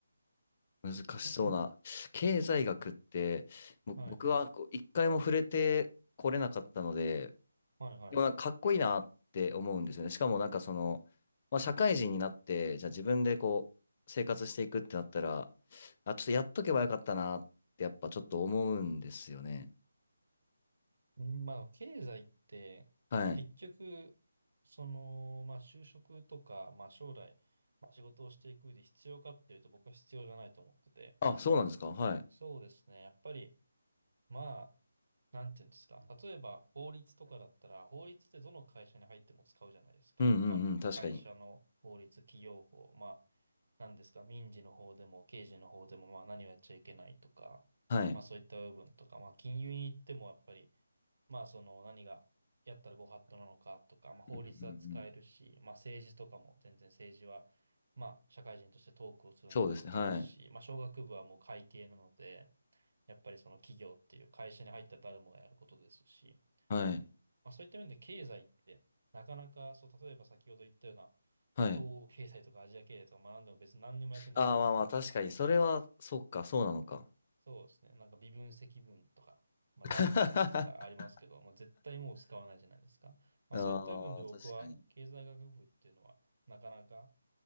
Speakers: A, on the left; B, on the right.
A: 難しそうな。
B: <clears throat> は
A: 経済学って、ぼ僕はこう一回も触れてこれなかったので、
B: いはい。はいは
A: でもなんかかっこいいなって思うんですよね。しかもなんかその、まあ、社会人になって、じゃあ自分でこう生活していくってなったら、あ、ちょっとやっとけばよかったなってやっぱちょっと思うんですよね。
B: い。んまあ、経済って、
A: はい。
B: 結局、その、まあ、就職とか、まあ、将来、まあ、仕事をしていく上で必要かっていうと、僕は必要じゃないと思ってて。
A: あ、そうなんですか。はい。
B: そうですね。やっぱり、まあ、なんていうんですか。例えば、法律とかだったら、法律ってどの会社に入っても使うじゃないですか。
A: うんうんうん。
B: まあ、
A: 確かに。
B: 会社の法律、企業法、まあ、なんですか、民事の方でも刑事の方でも、まあ何をやっちゃいけないとか、
A: はい。
B: まあそういった部分とか、まあ金融に行ってもやっぱり、まあその何がやったらご法度なのかとか、まあ法律は使えるし、
A: うんうんうん
B: まあ政治とかも全然政治は、まあ社会人としてトークをするのにも使うし、
A: そうですね。はい。
B: まあ商学部はもう会計なので、やっぱりその企業っていう会社に入ったら誰もがやることですし、
A: はい。
B: まあそういった面で経済ってなかなか、そう、例えば先ほど言ったような
A: はい。
B: 東欧経済とかアジア経済とか学んでも別に何にも役に立たないじゃないですか。
A: ああ、まあまあ、確かに。それは、そっか、そうなのか。
B: そうですね。なんか微分積分とか、まあ代数とかありますけど、
A: <laughs> あ
B: まあ絶対もう使わないじゃないですか。まあそういった部分で僕は経済学部っていうのはなかなか、
A: あ、確かに。